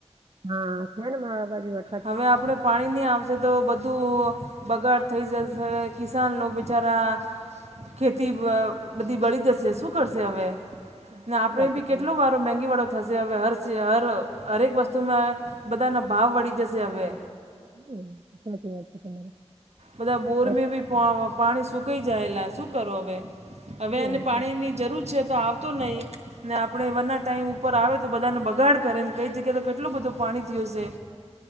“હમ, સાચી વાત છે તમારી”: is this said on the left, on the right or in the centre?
Right